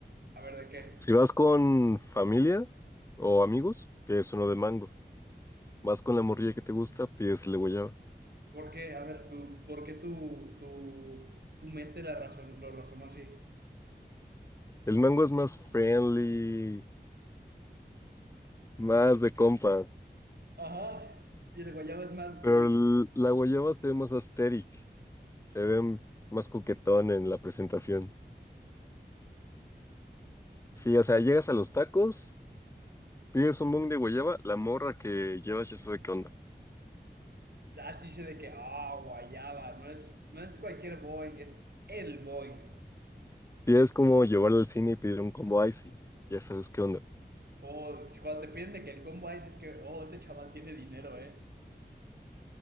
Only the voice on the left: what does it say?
Si vas con familia o amigos, que es uno de mango. Vas con la morrilla que te gusta, pides el de guayaba.
El mango es más friendly, Más de compas.
Pero
el- la guayaba se ve más asteric, se ve más coquetón en la presentación. Sí, o sea, llegas a los tacos, pides un bong de guayaba, la morra que llevas ya sabe qué onda.
Sí, es como llevarla al cine y pedir un combo icy, ya sabes qué onda.